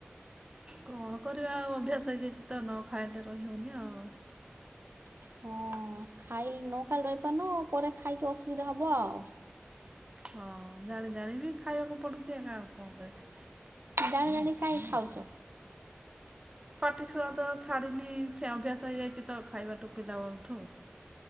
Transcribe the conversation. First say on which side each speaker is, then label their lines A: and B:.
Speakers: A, on the right; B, on the right.
A: କଣ କରିବା ଆଉ ଅଭ୍ୟାସ ହେଇଯାଇଚି ତ ନ ଖାଇଲେ ରହିହଉନି ଆଉ।
B: ହଁ ଖାଇଲ୍ ନ ଖାଇଲେ ରହିପାରୁନ ପରେ ଖାଇକି ଅସୁବିଧା ହେବ ଆଉ।
A: ହଁ ଜାଣି ଜାଣିବି ଖାଇବାକୁ ପଡୁଚି ଆକା ଆଉ କଣ କଇବା?
B: ଜାଣି ଜାଣି କାଇଁ ଖାଉଚ?
A: ପାଟି ସୂଆଦ ଛାଡିିନି ସେ ଅଭ୍ୟାସ ହେଇଯାଇଚି ତ ଖାଇବାଠୁ ପିଲାବେଳଠୁ।